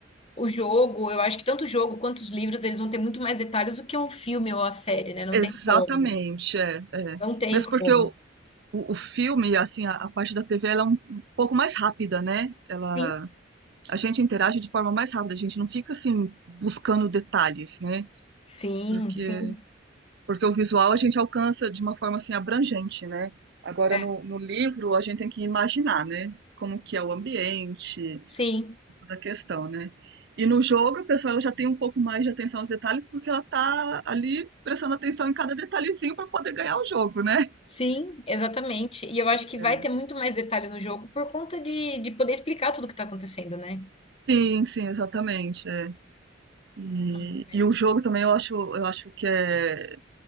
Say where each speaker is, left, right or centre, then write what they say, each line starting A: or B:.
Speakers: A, on the left (about 30°); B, on the right (about 60°).
A: O jogo, eu acho que tanto o jogo quanto os livros, eles vão ter muito mais detalhes do que um filme ou a série, né? Não
B: Exatamente,
A: tem como.
B: é, é.
A: Não tem
B: Mesmo
A: como.
B: porque o, o, o filme, assim, a, a parte da TV, ela é um, um pouco mais rápida, né? Ela
A: Sim,
B: a gente interage de forma mais rápida, a gente não fica assim buscando detalhes, né?
A: sim,
B: Porque,
A: sim.
B: porque o visual a gente alcança de uma forma assim abrangente, né? Agora
A: É,
B: no, no livro a gente tem que imaginar, né? Como que é o ambiente,
A: sim.
B: toda a questão, né? E no jogo a pessoa ela já tem um pouco mais de atenção aos detalhes porque ela tá ali prestando atenção em cada detalhezinho para poder ganhar o jogo, né?
A: Sim, exatamente. E eu acho que vai
B: É.
A: ter muito mais detalhe no jogo por conta de, de poder explicar tudo o que tá acontecendo, né?
B: Sim, sim, exatamente. é. E,
A: Ah, mas...
B: e o jogo também eu acho, eu acho que é